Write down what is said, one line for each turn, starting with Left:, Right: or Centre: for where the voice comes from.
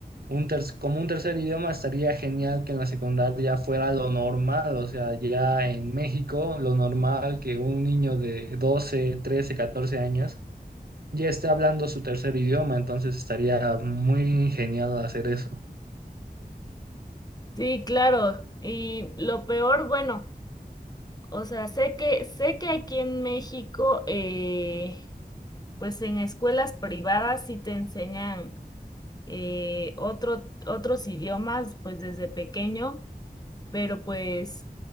Right: un ter- como un tercer idioma estaría genial que en la secundaria fuera lo normal, o sea, ya en México, lo normal que un niño de 12 13 14 años ya esté hablando su tercer idioma, entonces estaría muy genial hacer eso.
Left: Sí, claro. Y lo peor, bueno. O sea, sé que, sé que aquí en México, eh, pues en escuelas privadas sí te enseñan eh, otro, otros idiomas, pues desde pequeño, pero pues